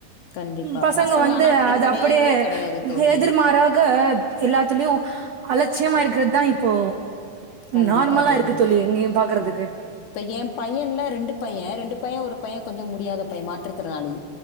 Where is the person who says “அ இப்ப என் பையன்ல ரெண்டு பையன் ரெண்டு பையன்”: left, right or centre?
Left